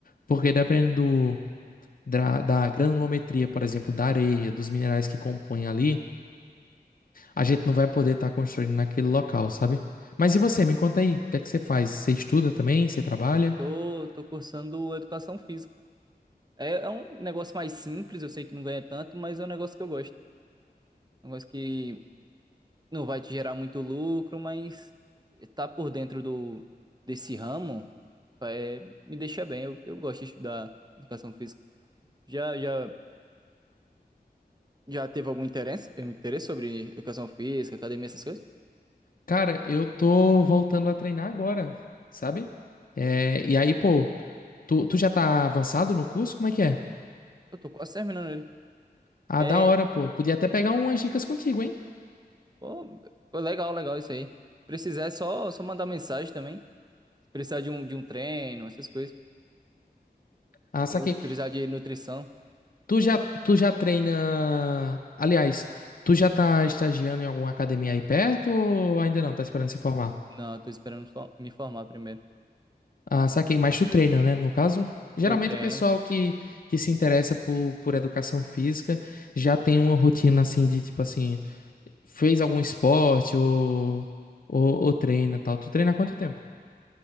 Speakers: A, on the left; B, on the right.
A: Porque dependendo do- da, da granulometria, por exemplo, da areia, dos minerais que compõem ali, a gente não vai poder estar construindo naquele local, sabe? Mas e você? Me conta aí, o que é que você faz? Você estuda também? Você trabalha?
B: Eu tô, tô cursando educação física. É, é um negócio mais simples, eu sei que não ganha tanto, mas é um negócio que eu gosto. É Um negócio que não vai te gerar muito lucro, mas tá por dentro do, desse ramo, é, me deixa bem. Eu, eu gosto de estudar educação física. Já, já Já teve algum interesse, um interesse sobre educação física, academia, essas coisas?
A: Cara, eu tô voltando a treinar agora, sabe? É, e aí, pô, tu, tu já tá avançado no curso? Como é que é?
B: Eu tô quase terminando ele.
A: Ah,
B: É,
A: da hora, pô. Podia até pegar umas dicas contigo, hein?
B: pô, pô, legal, legal isso aí. Se precisar, é só, só mandar mensagem também. Se precisar de um, de um treino, essas coisas.
A: Ah, saquei.
B: Se Precisar de nutrição.
A: Tu já, tu já treina. Aliás, tu já tá estagiando em alguma academia aí perto ou ainda não? Tá esperando se formar?
B: Não, eu tô esperando só me formar primeiro.
A: Ah, saquei. Mas tu treina, né? No caso? Geralmente
B: Eu treino.
A: o pessoal que, que se interessa por, por educação física já tem uma rotina assim de tipo assim, fez algum esporte ou, ou, ou treina e tal. Tu treina há quanto tempo?